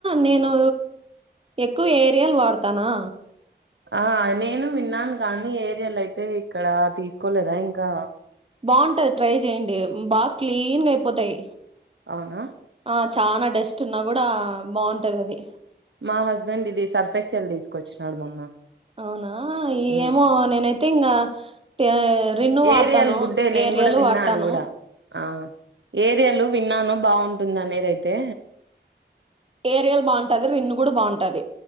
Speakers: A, on the right; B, on the right.
A: నేను ఎక్కువ ఏరియల్ వాడతానా
B: ఆ నేను విన్నాను గానీ ఏరియల్ అయితే ఇక్కడ తీసుకోలేదా ఇంకా
A: బాగుంటది ట్రై చేయండి బాగా క్లీన్ గా అయిపోతాయి
B: అవునా
A: ఆ చానా డస్ట్ ఉన్నా కూడా బాగుంటది అది
B: మా హస్బెండ్ ఇది సర్ఫ్ ఎక్సెల్ తీసుకొచ్చినాడు మొన్న
A: అవునా
B: ఉమ్.
A: ఏమో నేనైతే ఇంగా త రిన్ను వాడతాను
B: ఏరియల్ గుడ్డే నేను
A: ఏ రియలు
B: కూడా విన్నా
A: వాడతాను
B: అది కూడా ఆ ఏరియలు విన్నాను బాగుంటుంది అనేదైతే
A: ఏరియలు బాగుంటాది రిన్ను కూడా బాగుంటాది